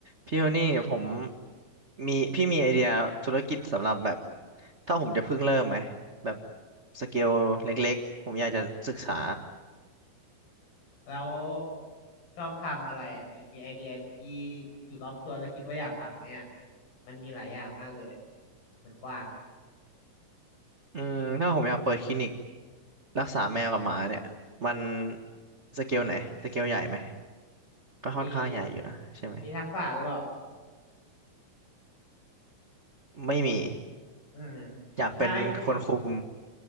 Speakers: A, on the right; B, on the left.
A: พี่โทนี่ผมมีพี่มีไอเดียธุรกิจสำหรับแบบถ้าผมจะเพิ่งเริ่มไหมแบบสเกลเล็กๆผมอยากจะศึกษา
B: แล้วชอบทำอะไรหรือมีไอเดียที่อยู่รอบตัวแล้วคิดว่าอยากทำไหมอ่ะมันมีหลายอย่างมากเลยอะมันกว้าง
A: อืมถ้าผมอยากเปิดคลินิกรักษาแมวกับหมาเนี่ยมันสเกลไหนสเกลใหญ่ไหมก็ค่อนข้างใหญ่อยู่นะใช่ไหม
B: มีมีทักษะหรือเปล่า
A: ไม่มี
B: เออ
A: อยากเป็นคนคุม
B: ถ้าไม่